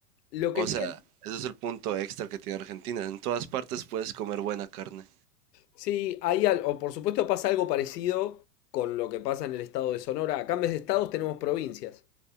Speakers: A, on the left; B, on the right.
A: Lo que
B: O
A: tiene...
B: sea, ese es el punto extra que tiene Argentina. En todas partes puedes comer buena carne.
A: Sí, ahí al- o por supuesto pasa algo parecido con lo que pasa en el estado de Sonora. Acá en vez de estados tenemos provincias.